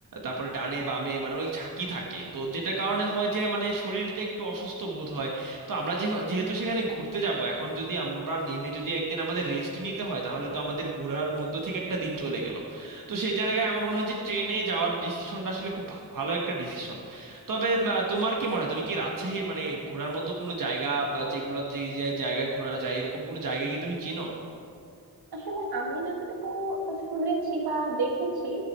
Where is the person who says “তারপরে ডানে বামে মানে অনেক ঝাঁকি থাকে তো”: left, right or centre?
Right